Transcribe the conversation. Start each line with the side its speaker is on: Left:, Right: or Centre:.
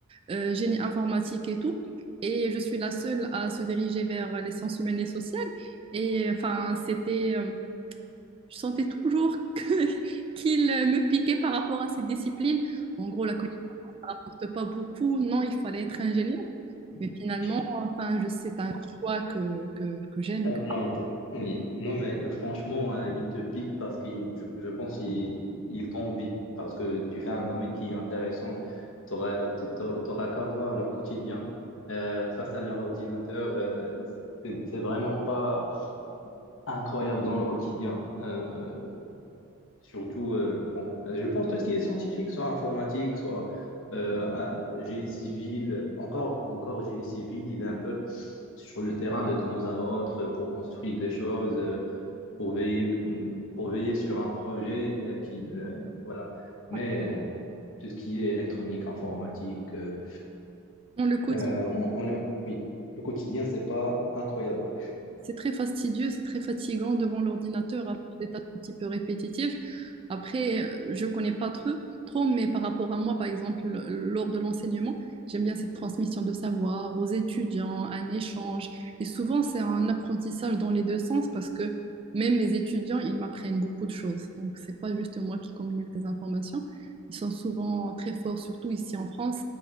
Right: euh, génie informatique et tout. Et je suis la seule à se diriger vers les sciences humaines et sociales. Et enfin, c'était, euh, je sentais toujours <laughs> que- qu'ils me piquaient par rapport à ces disciplines. En gros, la communauté ne rapporte pas beaucoup. Non, il fallait être ingénieur.
Left: <laughs>
Right: Mais finalement, enfin, je- c'est un choix que, que, que j'aime.
Left: Ah
Right: que-
Left: Non, t'es- oui. Non, mais franchement, euh, il te pique parce que je, je pense qu'il il t'envie, parce que tu fais un domaine qui est intéressant. Tu n'auras qu'à voir leur quotidien euh, face à leur ordinateur. euh, c'est c'est vraiment pas incroyable dans le quotidien. Euh, Surtout, euh, bon, euh, je pense tout ce qui est scientifique, soit informatique, soit euh, un- génie civil, encore, encore génie civil, il est un peu sur le terrain de temps à autre euh, pour construire des choses, euh, pour veiller, pour veiller sur un projet euh, qu'il, euh, voilà. Mais
Right: Ouais.
Left: euh, tout ce qui est électronique, informatique, euh,
Right: Dans le quotidien.
Left: euh, on, on est, oui, le quotidien, c'est pas incroyable.
Right: C'est très fastidieux, c'est très fatigant devant l'ordinateur à faire des tâches un petit peu répétitives. Après, euh, je connais pas trop, trop, mais par rapport à moi, par exemple, l- lors de l'enseignement, j'aime bien cette transmission de savoir aux étudiants, un échange. Et souvent, c'est un apprentissage dans les deux sens parce que même mes étudiants, ils m'apprennent beaucoup de choses. Donc, c'est pas juste moi qui communique les informations. Ils sont souvent très forts, surtout ici en France,